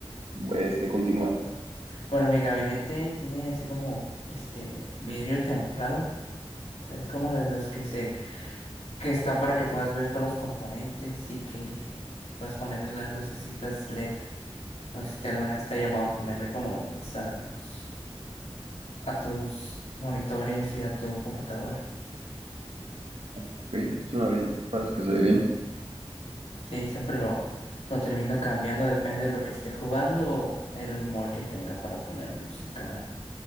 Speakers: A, on the right; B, on the left.
A: este continúa,
B: bueno, mi gabinete tiene así como este vidrio templado, ¿sabes? Como de los que se... que están para que puedas ver todos los componentes y que puedas poner las lucecitas LED. No sé si te alguna vez te ha llamado a ponerle como LEDs a tus, a tus monitores y a tu computadora.
A: ¿ok? Suena bien, parece que se ve bien,
B: Sí, siempre lo... Lo termino cambiando, depende de lo que esté jugando o el humor que tenga para poner música.